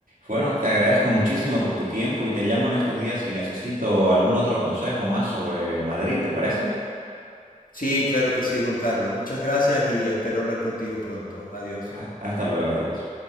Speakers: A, on the right (about 80°); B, on the left (about 85°).
A: Bueno, te agradezco muchísimo por tu tiempo y te llamo en estos días si necesito algún otro consejo más sobre Madrid, ¿te parece?
B: Sí, claro que sí, Juan Carlos. Muchas gracias y espero hablar contigo pronto. Adiós.
A: Ah, Hasta luego, adiós.